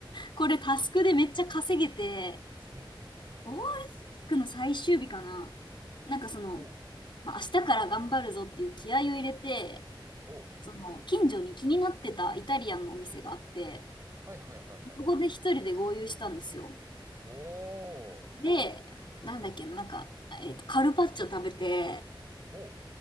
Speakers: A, on the left (about 65°); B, on the right (about 35°).
A: これタスクでめっちゃ稼げて、
B: うんうんうん。
A: ゴールデンウィークの最終日かな。なんかその、
B: おう、
A: まあ、明日から頑張るぞっていう気合を入れて、
B: おう、
A: その近所に気になってたイタリアンのお店があって、
B: はいはいはいはい。
A: そこで一人で合流したんですよ。
B: おー、
A: で、なんだっけな、なんか、えっと、カルパッチョ食べて、
B: おう、